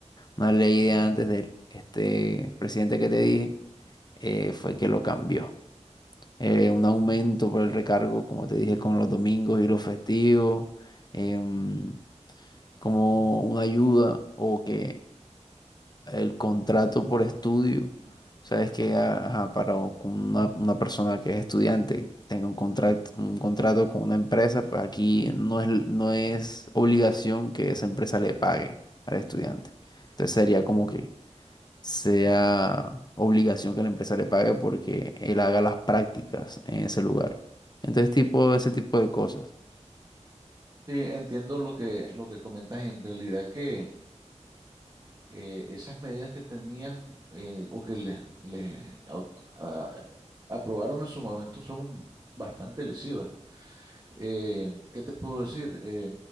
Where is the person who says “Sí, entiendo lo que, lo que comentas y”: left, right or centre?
Right